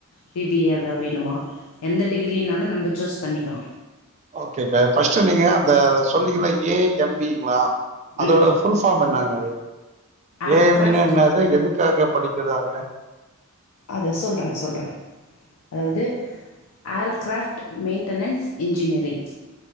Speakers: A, on the left (about 80°); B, on the right (about 30°).
A: பி பி ஏ வேணுமா எந்த டிகிரினாலும் நம்ம சூஸ் பண்ணி ஆ
B: ஓகேங்கா ஃபர்ஸ்ட் நீங்க அந்த சொன்னீங்கள ஏ எம் இ ங்களா அதோட
A: ம்
B: ஃபுல் பார்ம் என்னங்க அது
A: ஏர்க்ராஃப்ட்
B: ஏ எம் இ னா என்னது எதுக் காக படிக்கிறாங்க
A: அதான் சொல்றேன் சொல்றேன் அதாவது ஏர்கிராப்ட் மெயின்டனன்ஸ் இன்ஜினியரிங்